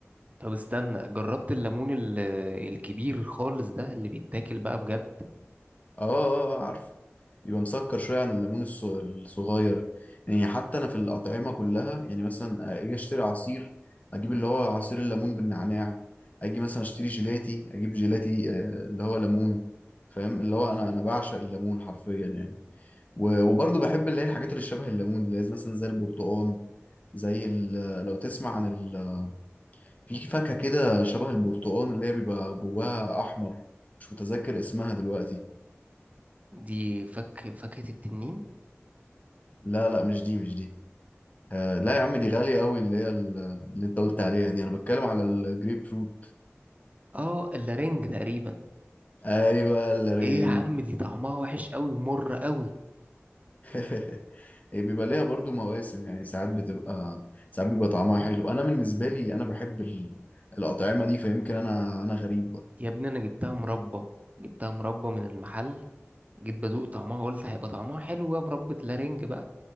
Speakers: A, on the right (about 30°); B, on the left (about 35°).
A: طب استنى جربت الليمون ال- الكبير خالص ده اللي بيتاكل بقى بجد
B: اه اه آه، عارف بيبقى مسكر شوية عن الليمون الص- الصغير يعني حتى أنا في الأطعمة كلها يعني مثلا آه، أجي أشتري عصير أجيب اللي هو عصير الليمون بالنعناع أجي مثلا أشتري جيلاتي أجيب جيلاتي آه، اللي هو ليمون فاهم اللي هو أنا أنا بعشق الليمون حرفيا يعني و- وبرضه بحب اللي هي الحاجات اللي شبه الليمون اللي هي مثلا زي البرتقال زي ال- لو تسمع عن ال... في فاكهة كده شبه البرتقال اللي هي بيبقى جواها أحمر مش متذكر اسمها دلوقتي
A: دي فك فاكهة التنين
B: لا لا مش دي مش دي آه لا يا عم دي غالية قوي اللي هي ال- اللي انت قلت عليها دي انا بتكلم على الجريب فروت
A: اه اللارنج تقريبا
B: ايوه الرينج
A: ايه يا عم دي طعمها وحش قوي ومر قوي
B: <laughs> هي بيبقى ليها برضو مواسم يعني ساعات بتبقى ساعات بيبقى طعمها حلو انا بالنسبة لي انا بحب ال- الأطعمة دي فيمكن انا انا غريب بقى
A: يا ابني انا جبتها مربى جبتها مربى من المحل جيت بدوق طعمها قلت هيبقى طعمها حلو يا مربى لارنج بقى